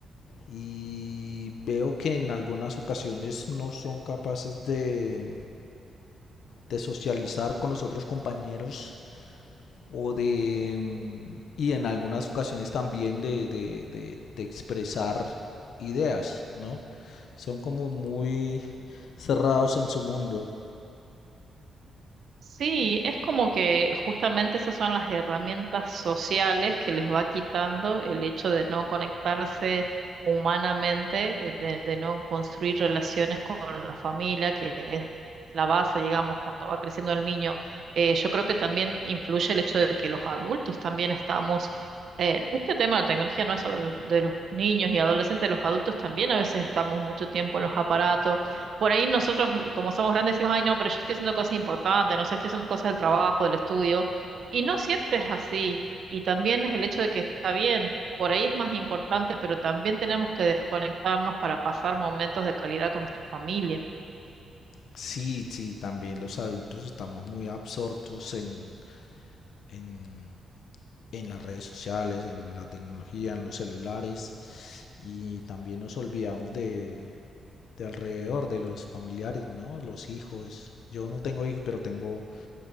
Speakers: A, on the left; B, on the right.
A: y veo que en algunas ocasiones no son capaces de, de socializar con los otros compañeros o de mm, y en algunas ocasiones también de, de, de, de expresar ideas, ¿no? Son como muy cerrados en su mundo.
B: Sí, es como que justamente esas son las herramientas sociales que les va quitando el hecho de no conectarse humanamente, eh, de, de no construir relaciones con la familia, que es la base, digamos, cuando va creciendo el niño. Eh, yo creo que también influye el hecho de que los adultos también estamos, eh, este tema de la tecnología no es solo de los niños y adolescentes, los adultos también a veces estamos mucho tiempo en los aparatos por ahí nosotros, como somos grandes, decimos, ay, no, pero yo estoy haciendo cosas importantes, no sé, estoy haciendo cosas del trabajo, del estudio, y no siempre es así. Y también es el hecho de que está bien, por ahí es más importante, pero también tenemos que desconectarnos para pasar momentos de calidad con nuestra familia.
A: Sí, sí, también los adultos estamos muy absortos en, en, en las redes sociales, en la tecnología, en los celulares y también nos olvidamos de, de alrededor, de los familiares, ¿no? Los hijos. Yo no tengo hijos, pero tengo